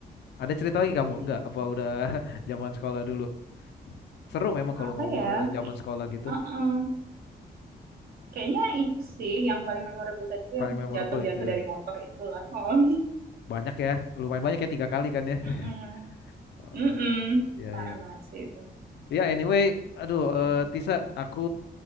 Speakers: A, on the left; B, on the right.
A: Ada cerita lagi
B: Oke
A: kamu? Enggak?
B: oke.
A: Apa udah <laughs> zaman sekolah dulu? Seru memang kalau
B: Apa
A: ngobrolin
B: ya?
A: zaman
B: Kayak-
A: sekolah gitu.
B: Uh-uh. Kayaknya itu sih yang paling memorable tadi tuh
A: Paling
B: yang
A: memorable
B: jatuh-jatuh
A: itu ya.
B: dari motor itulah. Oh.
A: Banyak ya. Lumayan banyak ya tiga kali kan ya. <laughs>
B: <laughs> Mm-mm.
A: Oh,
B: Mm-mm.
A: iya
B: Parah
A: iya.
B: banget sih itu.
A: Ya anyway, aduh eh,
B: Oke
A: Tisa, aku